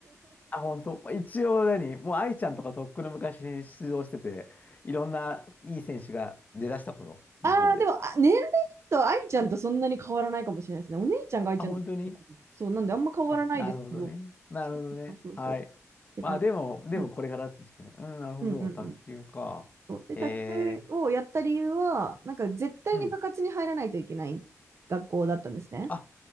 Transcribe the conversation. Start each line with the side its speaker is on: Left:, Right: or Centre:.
Left: あ、本当。一応何、もう愛ちゃんとかとっくの昔に出場してて、いろんないい選手が出だした頃、
Right: ああ、
Left: 日本で。
Right: でも、あ年齢と愛ちゃんとそんなに変わらないかもしれないですね。お姉ちゃんが愛ちゃんだったかなそう、
Left: あ、本当に
Right: なんであんま変わらないですけど、
Left: あ、なるほどね。なるほどね。
Right: そうそうそうそう、
Left: はい。
Right: って感じ。
Left: まあでも、でもこれからって時期ね。
Right: うん
Left: うん、なるほど。
Right: うんうんうん。
Left: 卓球か。
Right: そうで、
Left: へえ。
Right: 卓球をやった理由は、なんか絶対に部活に入らないといけない学校だったんですね。
Left: うん。あ、